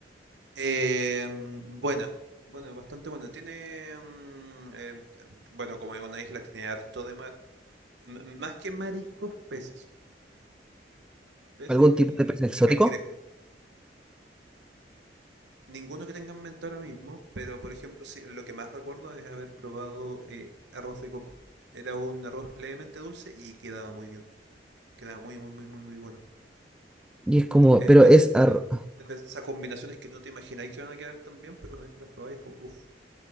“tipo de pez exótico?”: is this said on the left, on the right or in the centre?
Centre